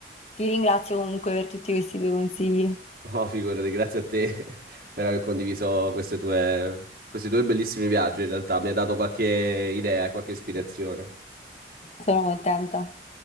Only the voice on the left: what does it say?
Ti ringrazio comunque per tutti questi tuoi consigli.
Sono contenta.